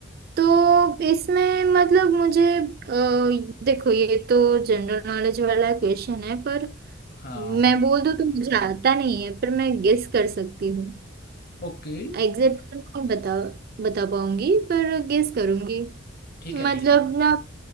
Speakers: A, on the right; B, on the left.
A: तो इसमें मतलब मुझे अ, देखो ये तो जनरल नॉलेज वाला क्वेश्चन है पर
B: हाँ
A: मैं बोल दूं तो मुझे आता नहीं है पर मैं गेस कर सकती हूँ
B: ओके
A: एग्जैक्ट नहीं बता बता पाऊंगी पर गेस करूंगी
B: ठीक है
A: मतलब
B: ठीक है बताओ
A: ना